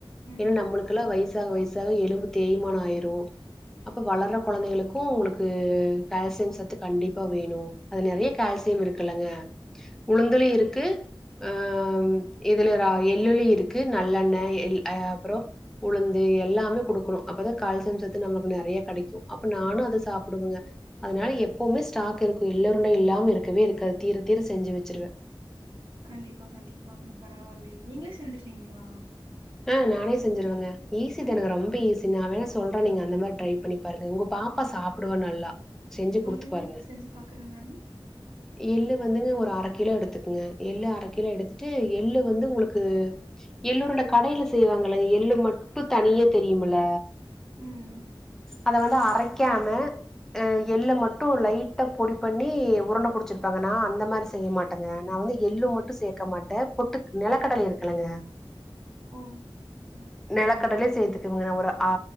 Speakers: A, on the right; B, in the centre.
A: ம்
B: ஏன்னா நம்மளுக்கெல்லா வயசாக வயசாக எலும்பு தேய்மானோ ஆயிரு அப்ப வளர்ர கொழந்தைகளுக்கு உங்ளுக்கு கால்சியம் சத்து கண்டிப்பா வேணு அதுல நெறைய கால்சியம் இருக்குல்லங்க உளுந்துலியு இருக்கு அ இதுல ரா எள்ளுலி இருக்கு நல்லெண்ணெ எள்ளு அப்றோ உளுந்து எல்லாமே குடுக்குணு அப்போதா கால்சியம் சத்து நமக்குக்கு நறைய கெடைக்கு அப்ப நானு அத சாப்பிடுவங்க அதுனால எப்பவுமே ஸ்டாக் இருக்கூ எள்ளருண்ட இல்லாம இருக்கவே இருக்காது தீர தீர செஞ்சு வெச்சுருவ
A: கண்டிப்பா கண்டிப்பாங்க பரவால்லியே நீங்களே செஞ்சிருவீங்ளா
B: அ நானே செஞ்சிருவங்க ஈசி
A: நீங்
B: தான ரொம்ப ஈஸி நா வேண சொல்ற நீங்க அந்த மார் ட்ரை பண்ணிப் பாருங்க உங்க பாப்பா
A: ம்
B: சாப்பிடுவா நல்லா செஞ்சு
A: சொல்லுங்க
B: குடுத்து பாருங்க.
A: செஞ்சு பாக்குற நானூ
B: எள்ளு வந்துங்க ஒரு அர கிலோ எடுத்துக்குங்க எள்ளு அரகிலோ எடுத்துட்டு எள்ளு வந்து உங்ளுக்கு எள்ளுஉருண்ட கடைல செய்வாங்கள எள்ளு மட்டு தனிய தெரியுமுல்ல
A: ம்
B: அத வந்து அரைக்காம அ எள்ள மட்டு லைட்டா பொடி பண்ணி உருண்ட புடிச்சுருப்பாங்கா நா அந்த மாரி செய்ய மாட்டங்க நா வந்து எள்ளு மட்டு சேக்கமாட்டே பொட்டுக் நெலக்கடலை இருக்குள்ளங்க
A: ஓ ம்
B: நெலக்கடலையு சேத்துக்குவங்க ஒரு அ